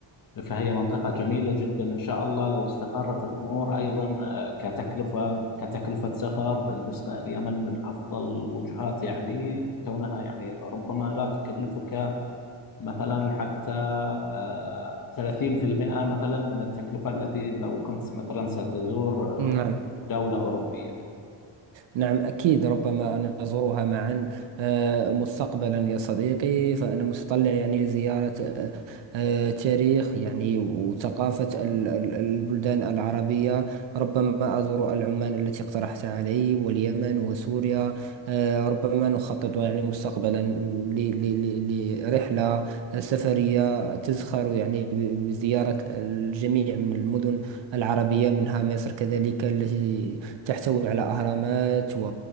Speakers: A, on the left; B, on the right.
A: فهي منطقة جميلة جدا إن شاء الله لو استقرت الأمور أيضا آه، كتكلفة كتكلفة سفر بالنسبة لليمن من أفضل الوجهات يعني كونها يعني ربما لا تكلفك مثلا حتى آه، 30% مثلا من التكلفة التي لو كنت مثلا ستزور آه،
B: نعم
A: دولة أوروبية
B: نعم أكيد ربما أن نزورها معا آه، مستقبلا يا صديقي فأنا متطلع يعني لزيارة آه، آه، تاريخ يعني وثقافة ال- ال- البلدان العربية ربما أزور العمان التي اقترحت علي واليمن وسوريا آه، ربما نخطط يعني مستقبلا ل- ل- ل- لرحلة آه، سفرية تزخر يعني ب- بزيارة الجميع من المدن العربية منها مصر كذلك التي تحتوي على أهرامات و...